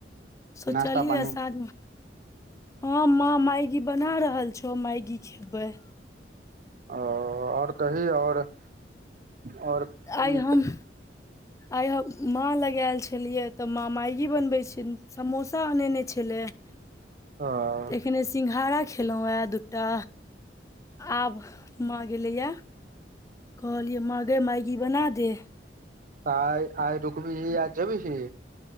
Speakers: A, on the left (about 20°); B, on the right (about 50°).
A: सोचलिया
B: नाश्ता पानी
A: साँझमे हँ मां मैगी बना रहल छौ मैगी खेबै
B: ओ आओर कही आओर आओर की
A: आइ हम आइ हम माँ लगएल छलियै तऽ माँ मैगी बनबै छै समोसा अनेने छलै <inaudible>
B: हँ
A: तऽ एखने सिंघाड़ा खेलौ या दूटा आब माँ गेलै या कहलियै मांगै मैगी बना दे
B: त आइ आइ रुकबीही या जेबही